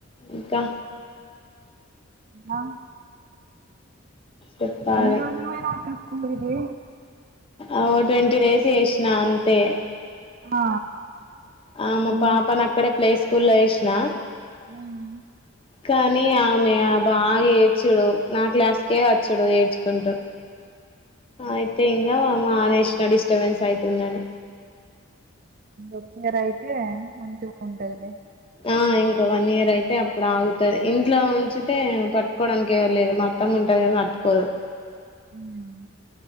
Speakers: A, on the left; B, on the right.
A: ఇంకా
B: ఆ
A: చెప్పాలి
B: ఎన్ని రోజులు పోయినావు అక్కా స్కూల్ కి.
A: ఓ ట్వంటీ డేస్ చేసినా అంతే.
B: ఆ
A: ఆ మా
B: ఉమ్
A: పాపను అక్కడే ప్లే స్కూల్ లో వేసిన
B: మ్
A: కానీ ఆమె బాగా ఏడ్చుడు నా క్లాస్కే వచ్చడు ఏడ్చు కుంటూ అయితే ఇంగ మానేసిన డిస్టర్బెన్స్ అవుతుందని.
B: ఒక్కరైతే అయితే మంచిగా ఉంటాదిలే
A: ఆ ఇంకో వన్ ఇయర్ అయితే. ఇప్పుడు ఆగుతాది. ఇంట్లో ఉంచితే పట్టుకోవడానికి ఎవరూ లేరు మా అత్తమ్మ ఉంటాది కానీ పట్టుకోదు.
B: అయ్యో